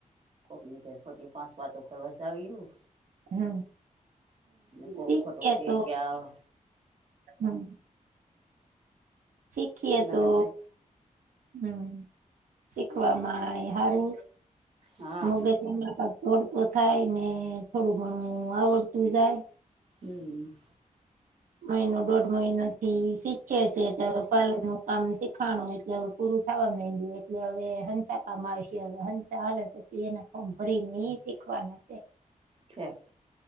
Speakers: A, on the right; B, on the right.
A: કોકની ઘેર ખોટી પાંચ વાતો કરવા જાવ્યું.
B: હમ
A: ને કોક
B: શીખ
A: ખોટું કે
B: તો
A: કે આ
B: હમ. શીખીએ
A: એના
B: તો
A: કરતા
B: હમ શીખવામાં આવે સારું.
A: હા
B: મગજમ તોડતું થાય ને થોડું ઘણું આવડતું જાય.
A: હમ.
B: મહિનો દોઢ મહિનો થી શીખે છે. હવે પાલર નું કામ શીખાણું એટલે હવે પૂરું ખાવા દ એટલે હવે હંચા કામ આવશે હવે હચા આવે તો એને ફોર્મ ભરીને એ શીખવાના.
A: <inaudible>